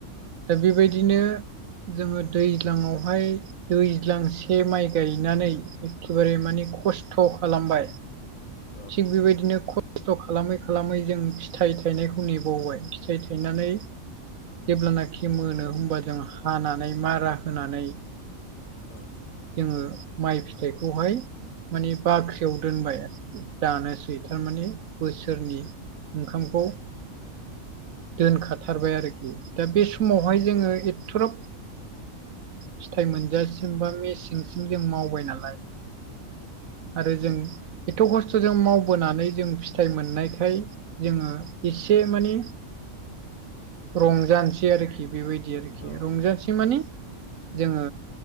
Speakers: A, on the right; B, on the left.
A: दा बेबायदिनो जोङो दैज्लाङावहाय दैज्लांसे माइ गायनानै एखेबारे माने खस्थ' खालामबाय
B: औ
A: थिग बेबायदिनो खस्थ' खालामै खालामै जों फिथाइ थायनायखौ नेबावबाय फिथाइ थायनानै जेब्लानाखि। मोनो होमबा जों हानानै मारा होनानै।
B: औ।
A: जोङो माइ फिथाइखौहाय माने बाख्रियाव दोनबाय आरोखि जानोसै थारमाने बोसोरनि ओंखामखौ दोनखाथारबाय आरोखि दा बे जोंडा एथग्रा फिथाय मोनजासिम सिंसिं जों मावबाय नालाय आरो जों एथ' खस्थ'जों मावबोनानै जों फिथाइ मोननायखाय। जोंङो एसे माने रंजानोसै आरोखि। बेबायदि आरोखि
B: औ
A: रंजासे माने। जोङो